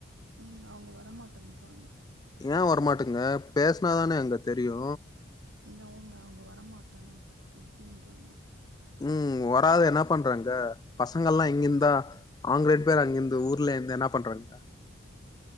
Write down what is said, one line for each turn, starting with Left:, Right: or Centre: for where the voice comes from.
Right: ம் அவுங்க வரமாட்டன்றாங்க
Left: ஏ வரமாட்டுங்க பேஸ்னா தானே அங்க தெரியு
Right: என்னவோங்க அவுங்க வரமாட்டே அப்டின்றாங்க
Left: ம் வராது என்ன பண்றாங்க பசங்கலா இங்க இந்தா அவுங்க ரெண்டு பேர் அங்கருந்து ஊர்ல இந்து என்ன பண்றாங்க